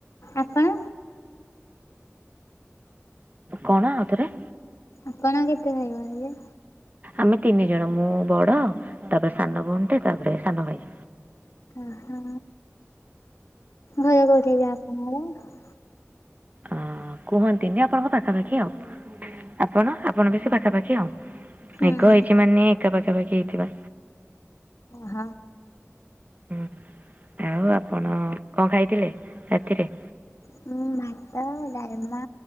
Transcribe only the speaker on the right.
କଣ ଆଉଥରେ?
ଆମେ ତିନି ଜଣ ମୁଁ ବଡ ତାପରେ ସାନ ଭଉଣ୍ଟେ ତାପରେ ସାନ ଭାଇ।
ଅଁ କୁହନ୍ତିନି ଆପଣଙ୍କ ପାଖାପାଖି ଆଉ ଆପଣ? ଆପଣ ବେଶି ପାଖାପାଖି ଆଉ
ବେଗ ହେଇଛି ମାନେ ଏକା ପାଖାପାଖି ହେଇଥିବା।
ହୁଁ ଆଉ ଆପଣ କଣ ଖାଇଥିଲେ ରାତିରେ?